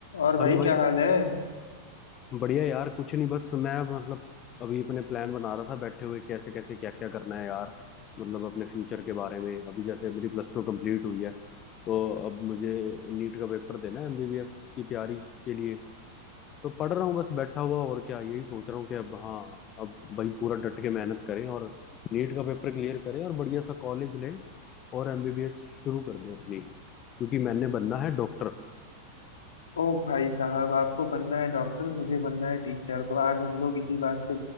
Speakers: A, on the left (about 65°); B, on the left (about 30°).
A: और भाई
B: Hello भाई
A: क्या हाल है
B: बढ़िया यार कुछ नहीं बस मैं मतलब अभी अपने प्लान बना रहा था बैठे हुए कैसे कैसे क्या क्या करना है यार मतलब अपने फ्यूचर के बारे में अभी जैसे मेरी प्लस टू कंप्लीट हुई है तो अब मुझे नीट का पेपर देना है एमबीबीएस की तैयारी के लिए तो पढ़ रहा हूँ बस बैठा हुआ और क्या यही सोच रहा हूँ कि अब हाँ अब भाई पूरा डट के मेहनत करें और नीट का पेपर क्लियर करें और बढ़िया सा कॉलेज लें और एमबीबीएस शुरू कर दें अपनी क्योंकि मैंने बनना है डॉक्टर
A: ओ भाई साहब आपको बनना है डॉक्टर मुझे बनना है टीचर तो आज हम लोग इसी बात से